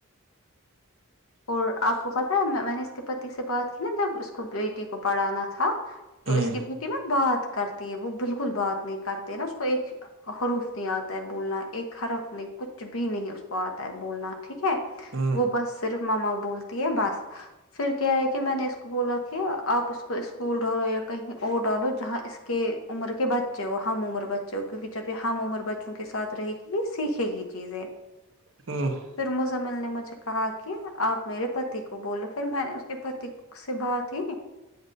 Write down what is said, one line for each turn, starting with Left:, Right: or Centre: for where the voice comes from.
Left: اور آپ کو پتا ہے میں نے اس کے پتی سے بات کی نا جب اس کو بیٹی کو پڑھانا تھا تو
Right: ہوں
Left: اس کی بیٹی میںت بات کرتی ہے وہ بالکل بات نہیں کرتی ہے نا اس کو ایک حروف نہیں آتا ہے بولنا ایک حرف نہیں کچھ بھی نہیں اس کو آتا ہے بولنا ٹھیک ہے
Right: ہوں
Left: وہ بس صرف ماما بولتی ہے بس پھر کیا ہے کہ میں نے اس کو بولا کہ آپ اس کو اسکول ڈالو یا کہیں اور ڈالو جہاں اس کے عمر کے بچے ہو ہم عمر بچے ہو کیونکہ جب یہ ہم عمر بچوں کے ساتھ رہے گی بھی سیکھے گی چیزیں
Right: <inaudible>
Left: پھر مزمل نے مجھے کہا تھا کیا آپ میرے پتی کو بولو پھر میں نے اس کے پتی سے بات ہی